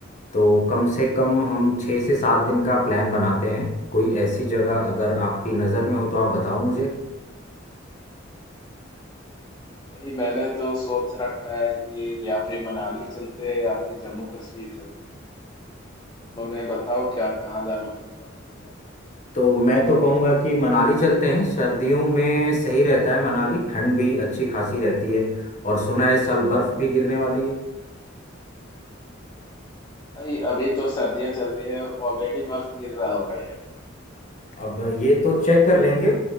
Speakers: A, on the left; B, on the left.
A: तो कम से कम हम छः से सात दिन का प्लान बनाते हैं कोई ऐसी जगह अगर आपकी नज़र में हो तो आप बताओ मुझे
B: भाई मैंने तो सोच रखा है कि या फिर मनाली चलते हैं या फिर जम्मू कश्मीर चलते हैं दोनों में बताओ क्या कहाँ जाना प्रेफर करोगे आप
A: तो मैं तो कहूँगा कि मनाली चलते हैं सर्दियों में सही रहता है मनाली ठंड भी अच्छी खासी रहती है और सुना है इस साल बर्फ़ भी गिरने वाली है
B: भाई अभी तो सर्दियाँ चल रही है ऑलरेडी बर्फ गिर रहा होगा यार
A: अब ये तो चेक कर लेंगे